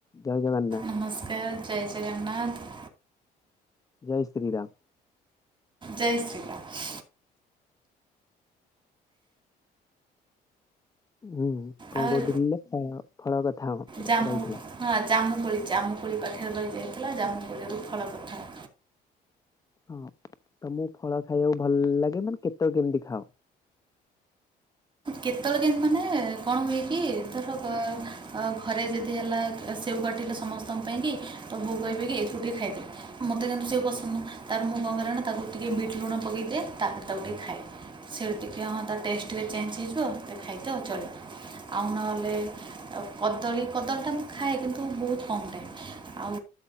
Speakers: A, on the left; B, on the right.
A: ଜୟ ଜଗନ୍ନାଥ।
B: ନମସ୍କାର ଜୟ ଜଗନ୍ନାଥ।
A: ଜୟ ଶ୍ରୀରାମ
B: ଜୟ ଶ୍ରୀ ରାମ
A: ହୁଁ କଣ
B: ଆଉ
A: କହୁଥିଲି ଫଳ କଥା ଆମର
B: ଜାମୁ
A: ରହିଥିଲା।
B: ହଁ ଜାମୁକୋଳି ଜାମୁକୋଳି ପାଖରେ ରହି ଯାଇଥିଲା ଜାମୁକୋଳି ରୁ ଫଳ କଥା
A: ହଁ ତମକୁ ଫଳ ଖାଇବାକୁ ଭଲ ଲାଗେ ମାନେ କେତେବେଳେ କେମିତି ଖାଅ।
B: କେତେବେଳେ କେମିତି ମାନେ କଣ ହୁଏ କି ଥର ଘରେ ଯଦି ହେଲା ସେଉ କାଟିଲେ ସମସ୍ତଙ୍କ ପାଇଁକି ତ ବୋଉ କହିବେ କି ଏଥିରୁଟିିକ ଖାଇଦେ। ମୋତେ କିନ୍ତୁ ସେଉ ପସନ୍ଦ ନୁହଁ ତାପରେ ମୁଁ କଣ କରେ ନା ତାକୁ ଟିକେ ବିଟ୍ ଲୁଣ ପକାଇଦିଏ ତାପରେ ତାକୁ ଟିକେ ଖାଏ। ସେ ଟିକିଏ ହଁ ତା ଟେଷ୍ଟ ଟିକେ ଚେଞ୍ଜ ହେଇଯିବ ଖାଇଦେ ଆ ଚଳିବ। ଆଉ ନହେଲେ କଦଳୀ କଦଳୀଟା ମୁଁ ଖାଏ କିନ୍ତୁ ବହୁତ କମ୍ ଟାଇମ। ଆଉ